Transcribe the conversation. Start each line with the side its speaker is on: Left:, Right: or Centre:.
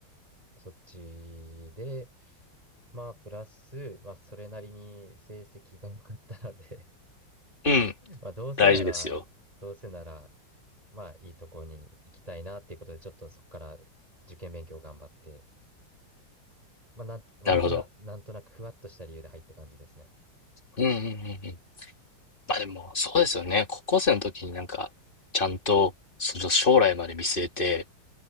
Right: そっちで、まあ、プラス、まあ、それなりに成績が良かったので、
Left: うん。
Right: <laughs> まあ、どうせなら、
Left: 大事ですよ。
Right: どうせなら、まあ、いいとこに行きたいなっていうことで、ちょっとそこから受験勉強頑張って、まあ、なん、割とな、
Left: なるほど。
Right: なんとなくふわっとした理由で入った感じですね。
Left: うんうんうんうん。まあでも、そうですよね。高校生の時になんか、ちゃんと、その将来まで見据えて、